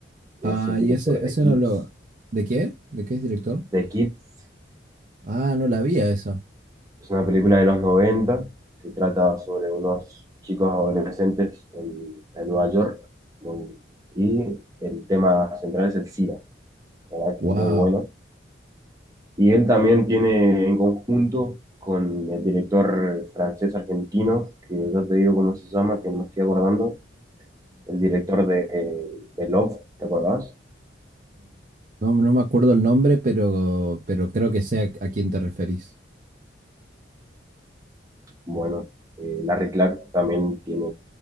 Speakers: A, on the right (about 20°); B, on the right (about 45°).
A: que
B: Ah,
A: es el director
B: y ese,
A: de
B: ese
A: Kids
B: no lo... ¿De qué? ¿De qué es director?
A: The Kids
B: Ah, no la vi a esa.
A: es una película de los 90 que trata sobre unos chicos adolescentes en, en Nueva York muy- y el tema central es el SIDA, la verdad
B: Wow.
A: que es muy bueno. Y él también tiene en conjunto con el director francés-argentino, que yo te digo cómo se llama, que no me estoy acordando, el director de, eh, de Love, ¿te acordás?
B: No, no me acuerdo el nombre, pero, pero creo que sé a, a quién te referís.
A: Bueno, eh, Larry Clark también tiene